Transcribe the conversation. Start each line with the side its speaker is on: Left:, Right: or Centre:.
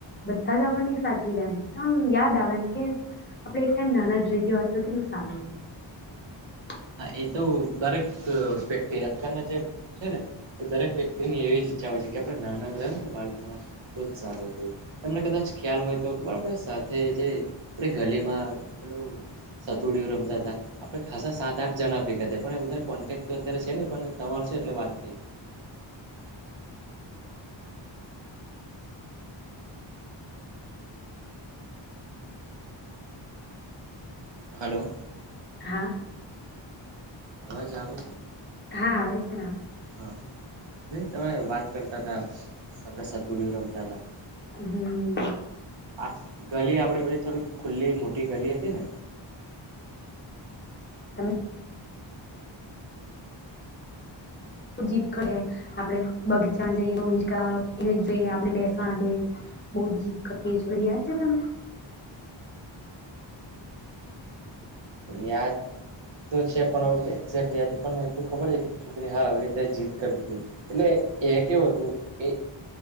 Left: બધા જ આપણને સાચવી લે એમ તો આમ યાદ આવે એમ કે આપડે એક ટાઈમ નાના જ રહી ગયો હોત તો કેટલું સારું રેત
Right: હા એ તો દરેક વ્યક્તિ અત્યારના જે છે ને એ દરેક વ્યક્તિની એવી જ ઈચ્છા હોય છે કે આપણે નાના જ રહયા હોત ને બાળપણમાં તો જ સારું હતું તમને કદાચ ખ્યાલ હોય તો ખબર આપડે સાથે જે આપડી ગલીમાં પેલું સતોડિયુ રમતાં તા. આપણે ખાસા સાત <unintelligible> જણા ભેગા થાય પણ એ બધા કોન્ટેક્ટ તો અત્યારે છે નઈ પણ તમારું છે એટલે વાત થઈ હલો.
Left: હા.
Right: અવાજ આવે?
Left: હા આવે છે ને આવે
Right: હા નહીં તમે વાત કરતા હતાં. આપણે સતોડિયુ રમતા હતા
Left: છે હમ
Right: આ ગલી આપડે પે થોડી ખુલ્લી મોટી ગલી હતી ને
Left: અન બહુ જીદ કર આપણે બગીચામાં જઈએ એને <unintelligible> જોઈ આપણે બેસવા દે બહુ જીદ કરીએ છોર યાદ છે તમને?
Right: યાદ તો છે પણ આવું એક્ઝેક્ટ યાદ પણ એટલું ખબર છે કે છોકરી હા આવી રીતે જીત કરીતીી હતી એટલે એ કેવું હતું કે